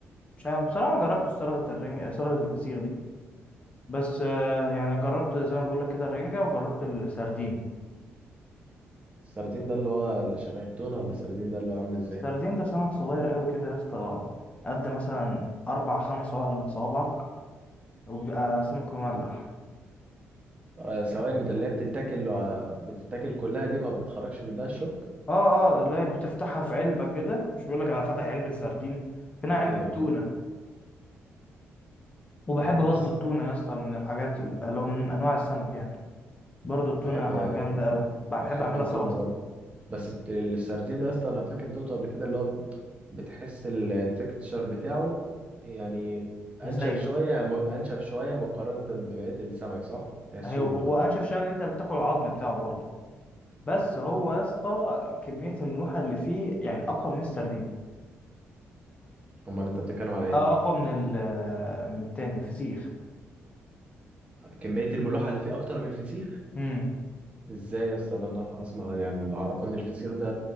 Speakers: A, on the left (about 25°); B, on the right (about 25°).
A: مش عارف بصراحه ما جربت سلطه الرنجة سلطه الفسيخ دي بس آه، يعني جربت زي ما بقول لك كده الرنجة وجربت السردين
B: السردين ده اللي هو اللي شبه التونة ولا السردين ده اللي هو عامل ازاي
A: السردين ده سمك صغير قوي كده يا اسطى قد مثلا اربع خمس عقل من صوابعك وبيبقى سمك مملح
B: آه ثواني ده اللي هي بتتاكل آه، بتتاكل كلها دي ما بتخرجش منها الشوك
A: اه اه لا بتفتحها في علبة كده مش بيقولك على فتح علبة سردين هنا علبة
B: ايوه
A: تونة
B: ايوه
A: وبحب
B: بس
A: برضو التونة يا اسطى من الحاجات ال- اللي هو من أنواع السمك يعني برضو التونة
B: بحب
A: جامدة أوي بحب
B: بحب
A: أعملها
B: التونة
A: سلطة
B: برضه بس الت- السردين ده اصلا انا فاكر دوته قبل كده اللي هو ب- بتحس التكتشر بتاعه يعني
A: مزيت
B: انشف شوية م- انشف شوية مقارنة ببقية السمك صح تحسه
A: هي هو أنشف شغل أنت بتاكل العظم بتاعه برضو بس هو يا اسطى كمية الملوحة اللي فيه يعني أقوى من السردين
B: امال انت بتتكلم على ايه
A: اه أقوى من ال من التاني الفسيخ
B: كمية الملوحة اللي فيه اكتر من الفسيخ
A: مم.
B: ازاي يا اسطى انا اسمع يعني اللي اعرفه ان الفسيخ ده